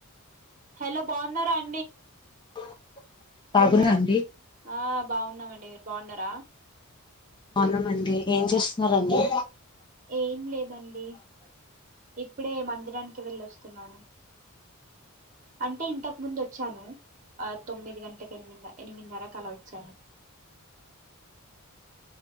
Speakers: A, on the right; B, on the left.
A: హలో బాగున్నారా అ
B: ఆ బాగున్నాండి
A: ఆ బాగున్నమండి మీరు బాగున్నరా
B: బాగున్నమండి ఏం చేస్తున్నరండి
A: ఏం లేదండి ఇప్పుడే మందిరానికి వెళ్ళొస్తున్నాను అంటే ఇంతకు ముందు వచ్చాను ఆ తొమ్మిది గంటలకి ఎనిమి ఎనిమిదిన్నరకు అలా వచ్చాను